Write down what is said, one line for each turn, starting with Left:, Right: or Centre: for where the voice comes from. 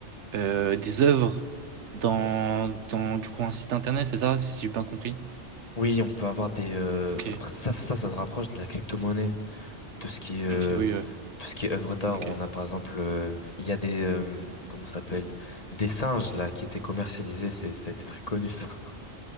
Right: euh, des œuvres dans, dans du coup, un site internet, c'est ça, si j'ai bien compris?
Left: Oui, on peut avoir des, euh,
Right: Ok,
Left: après, ça, ça, ça se rapproche de la crypto-monnaie. tout ce qui est euh,
Right: ok, oui, ouais,
Left: tout ce qui est œuvre d'art,
Right: ok.
Left: on a par exemple euh, il y a des euh, comment ça s'appelle des singes là qui étaient commercialisés, c'est ça a été très connu ça. <laughs>